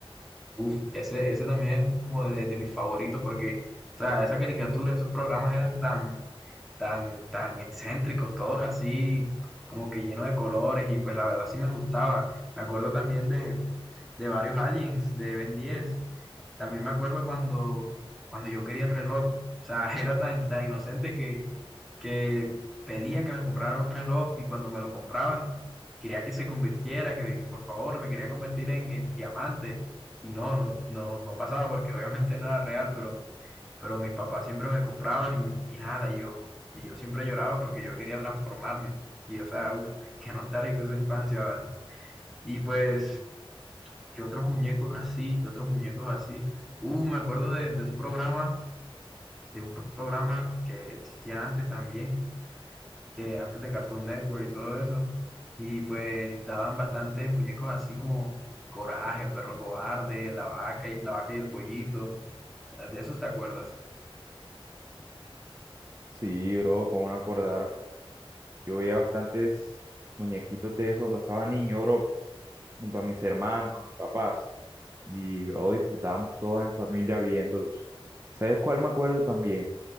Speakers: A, in the centre; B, on the right (about 30°).
A: uf, ese, ese también es como de, de mis favoritos porque, o sea, esa caricatura, esos programas eran tan tan, tan excéntricos, todos así como que llenos de colores y pues la verdad sí me gustaba. Me acuerdo también de, de varios aliens de Ben 10. También me acuerdo cuando, cuando yo quería el reloj. O sea, <laughs> era tan, tan inocente que, que pedía que me compraran un reloj y cuando me lo compraban, quería que se convirtiera, que, que por favor me quería convertir en, en diamante. Y no, no, no, no pasaba porque obviamente no era real, pero pero mis papás siempre me compraban y, y nada, y yo, y yo siempre lloraba porque yo quería transformarme. Y o sea, uff, <laughs> qué nostálgico esa infancia, ¿vale? Y pues, ¿qué otros muñecos así? ¿Qué otros muñecos así? Uh, me acuerdo de, de un programa, de un programa que existía antes también, que antes de Cartoon Network y todo eso. Y pues daban bastantes muñecos así como Coraje, el perro cobarde, la vaca y, la vaca y el pollito. ¿De esos te acuerdas?
B: Sí, bro, cómo no acordarme. Yo veía bastantes muñequitos de eso cuando estaba niño, bro, junto a mis hermanos, a mis papás. y, bro, disfrutábamos todos en familia viéndolos. ¿Sabes cuál me acuerdo también?